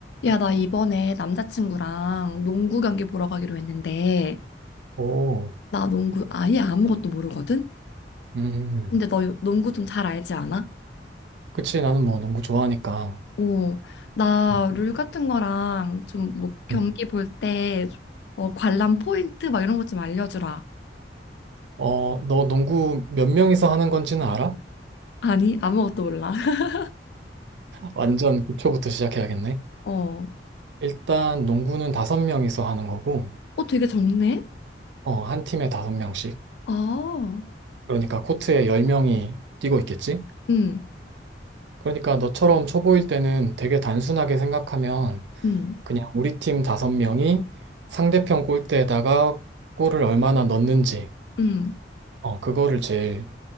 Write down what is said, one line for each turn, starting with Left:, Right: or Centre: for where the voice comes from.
Left: 야, 나 이번에 남자친구랑 농구 경기 보러 가기로 했는데,
Right: 오,
Left: 나 농구 아예 아무것도 모르거든?
Right: 음,
Left: 근데 너 농구 좀 잘 알지 않아?
Right: 그치. 나는 뭐 농구 좋아하니까.
Left: 어, 나
Right: 음.
Left: 룰 같은 거랑 좀 뭐 경기
Right: 음.
Left: 볼 때, 어, 관람 포인트 막 이런 것 좀 알려주라.
Right: 어, 너 농구 몇 명이서 하는 건지는 알아?
Left: 아니, 아무것도 몰라. <laughs>
Right: 완전 기초부터 시작해야겠네.
Left: 어,
Right: 일단 농구는 다섯 명이서 하는 거고,
Left: 어, 되게 적네?
Right: 어, 한 팀에 다섯 명씩.
Left: 아,
Right: 그러니까 코트에 열 명이 뛰고 있겠지?
Left: 응,
Right: 그러니까 너처럼 초보일 때는 되게 단순하게 생각하면
Left: 응,
Right: 그냥 우리 팀 다섯 명이 상대편 골대에다가 골을 얼마나 넣는지,
Left: 응,
Right: 어, 그거를 제일,